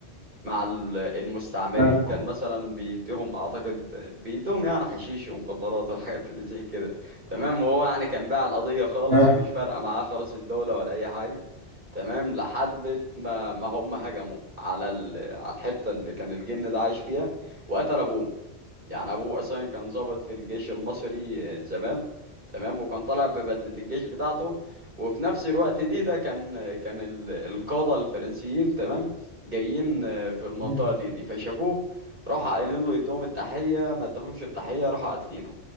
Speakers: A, on the right (about 55°); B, on the right (about 70°).
A: مع ال- المستعمرين
B: اه
A: كان مثلا بيديهم اعتقد بيديهم يعني حشيش ومخدرات والحاجات اللي زي كده تمام وهو يعني كان باع القضية خالص
B: اه
A: ومش فارقة معاه خالص الدولة ولا اي حاجة تمام لحد ما ما هم هجموا على ال... على الحتة اللي كان الجن ده عايش فيها وقتل ابوه يعني ابوه اصلا كان ضابط في الجيش المصري زمان تمام وكان طالع ببدلة الجيش بتاعته وفي نفس الوقت دي ده كان كان ال- القادة الفرنسيين تمام جايين آه، في المنطقة
B: مم،
A: دي دي فشافوه راحوا قايلين له يدوهم التحية ما ادهمش التحية راحوا قاتلينه